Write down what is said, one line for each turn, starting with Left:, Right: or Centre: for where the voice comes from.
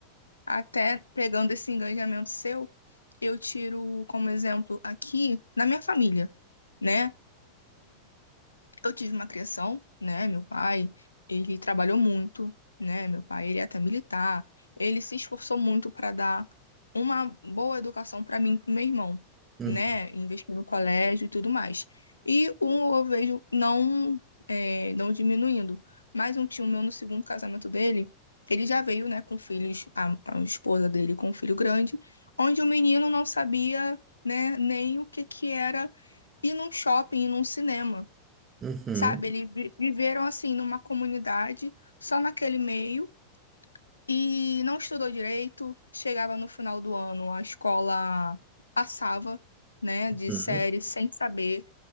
Left: até pegando esse engajamento seu, eu tiro como exemplo aqui na minha família, né? Eu tive uma criação, né? Meu pai, ele trabalhou muito, né? Meu pai, ele é até militar. Ele se esforçou muito para dar uma boa educação para mim e para meu irmão,
Right: Uhum,
Left: né? Investir no colégio e tudo mais. E um eu vejo não, é, não diminuindo, mas um tio meu no segundo casamento dele, ele já veio, né, com filhos, a, a esposa dele com um filho grande, onde o menino não sabia, né, nem o que que era ir num shopping, ir num cinema
Right: uhum,
Left: sabe? Eles vi- viveram assim numa comunidade, só naquele meio, e não estudou direito. Chegava no final do ano, a escola passava, né, de
Right: uhum.
Left: série sem saber.